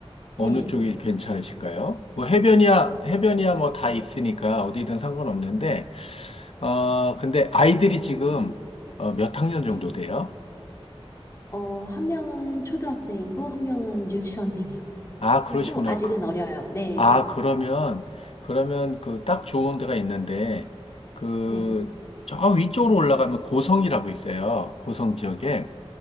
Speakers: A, on the left (about 70°); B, on the left (about 30°).
A: 어느
B: 네,
A: 쪽이 괜찮으실까요? 뭐 해변이야, 해변이야 뭐 다 있으니까 어디든 상관없는데, 어, 근데 아이들이 지금 어, 몇 학년 정도
B: 네.
A: 돼요?
B: 어, 한 명은 초등학생이고, 한 명은 유치원생이요.
A: 아, 그러시구나.
B: 그래서 좀 아직은
A: 그
B: 어려요. 네,
A: 아, 그러면, 그러면 그 딱 좋은 데가 있는데, 그,
B: 네.
A: 저 위쪽으로 올라가면 고성이라고 있어요. 고성 지역에.